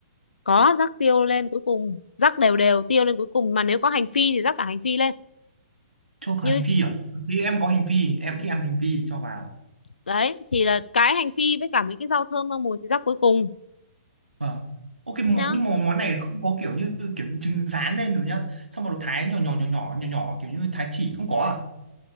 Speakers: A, on the left; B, on the right.
A: có rắc tiêu lên cuối cùng rắc đều đều tiêu lên cuối cùng mà nếu có hành phi thì rắc cả hành phi lên
B: Cho cả
A: như
B: hành phi à? Thì em có hành phi, em thích ăn hành phi cho vào.
A: đấy thì là cái hành phi với cả mấy cái rau thơm rau mùi thì rắc cuối cùng
B: Vâng. Ok mọ-
A: nhá
B: nhưng mà món này không có kiểu như kiểu như trứng rán lên rồi nhá. Xong rồi thái nhỏ nhỏ nhỏ nhỏ nhỏ nhỏ kiểu như thái chỉ không có à?